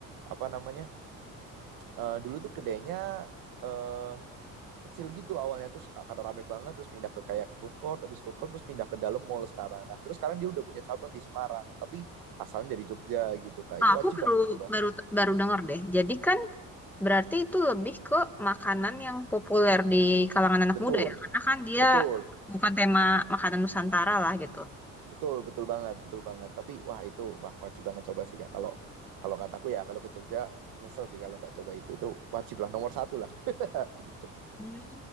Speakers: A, on the right (about 80°); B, in the centre.
A: apa namanya? eh, dulu tuh kedainya eh kecil gitu awalnya terus ka- karena rame banget terus pindah ke kayak food court habis food court terus pindah ke dalam mall sekarang nah terus sekarang dia udah punya cabang di Semarang tapi asalnya dari Jogja gitu kak itu
B: Ah, Aku
A: wajib
B: perlu
A: banget dicoba
B: baru baru dengar deh. Jadi kan berarti itu lebih ke makanan yang populer di kalangan anak
A: betul
B: muda ya. Karena kan dia
A: betul
B: bukan tema makanan Nusantara lah gitu.
A: betul betul banget betul banget tapi wah itu wah wajib banget coba sih kak kalau kalau kataku ya kalau ke Jogja nyesel sih kalau nggak coba itu itu wajib lah nomor satu lah <laughs> harus coba
B: Hmm.